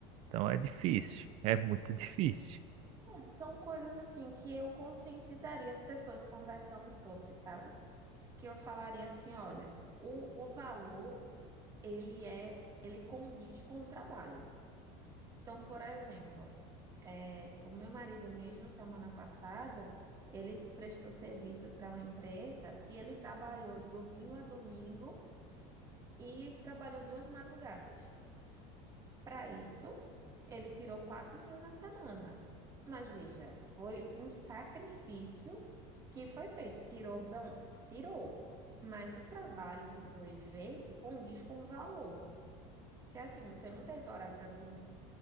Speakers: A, on the right (about 40°); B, on the right (about 20°).
A: Então é difícil, é muito difícil.
B: Bom, São coisas assim que eu conscientizaria as pessoas conversando sobre, sabe? Que eu falaria assim, olha, o, o valor, ele é, ele condiz com o trabalho. Então, por exemplo, é, o meu marido mesmo, semana passada, ele prestou serviço para uma empresa e ele trabalhou domingo a domingo e trabalhou duas madrugadas. Para isso, ele tirou quatro mil na semana. Mas veja, foi um sacrifício que foi feito. Tirou, bom, tirou. Mas o trabalho que foi feito condiz com o valor. Que é assim, você não teve horário para dormir,